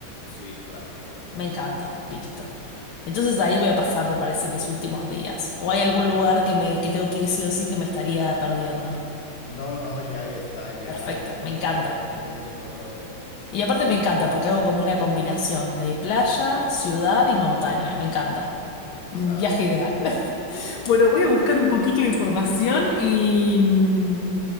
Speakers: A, on the left; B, on the left.
A: Sí, claro.
B: Me encanta, listo. Entonces ahí voy a pasar, me parece, mis últimos días. ¿O hay algún
A: <laughs>
B: lugar que me, que tengo que ir sí o sí que me estaría perdiendo?
A: No, no, ya ahí está, ya,
B: Perfecto,
A: ya,
B: me encanta.
A: ya ahí está conociendo todo.
B: Y aparte me encanta porque hago como una combinación de playa, ciudad y montaña. Me encanta.
A: Exacto.
B: Un viaje ideal. <laughs>
A: <laughs>
B: Bueno, voy a buscar un poquito de información y, mm,